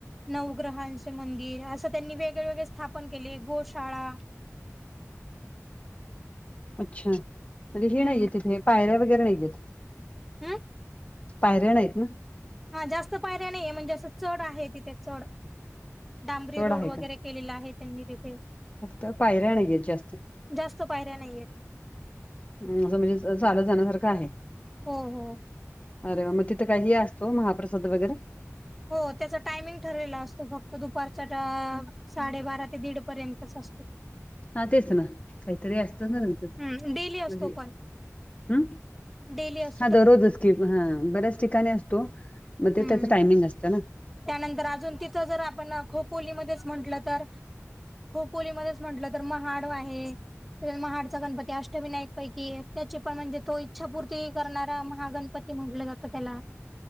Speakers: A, in the centre; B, on the left (about 25°).
A: नवग्रहांचे मंदिर असं त्यांनी वेगळे वेगळे स्थापन केले गोशाळा...
B: अच्छा म्हणजे हे
A: हम्म.
B: नाहीये तिथे पायऱ्या वगैरे नाहीयेत...
A: हम्म...
B: पायऱ्या नाही आहेत ना..
A: हा जास्त पायऱ्या नाहीये म्हणजे असं चढ आहे तिथे चड डांबरी
B: चढ
A: रोड
B: आहे
A: वगैरे....
B: का
A: केलेला आहे त्यांनी तिथे...
B: फक्त पायऱ्या नाहीयेत जास्त....
A: जास्त पायऱ्या नाही येत...
B: ह असं म्हणजे चालत जाण्यासारखं आहे....
A: हो हो....
B: अरे मग तिथे काही असतो महाप्रसाद वगैरे...
A: हो त्याचे टायमिंग ठरलेलं असतं फक्त दुपारच्या.... साडेबारा ते दीड पर्यंतच असतो तो.....
B: हा तेच ना काहीतरी असत ना तचं
A: हम्म डेली असतो
B: म्हणजे
A: पण
B: हम्.....
A: डेली अस...
B: हा दररोजच स्किप हा बऱ्याच ठिकाणी असतो मग ते
A: हम्म
B: त्याच टायमिंग असतं ना...
A: त्यानंतर अजून तिथं जर आपण खोपोलीमध्येच म्हटलं तर.... खोपली मध्येच म्हंटलं तर महाड आहे..... त्या महाडचा गणपती अष्टविनायक पैकी त्याची पण म्हणजे तो इच्छापूर्ती करणारा महागणपती..... म्हटलं जातं त्याला....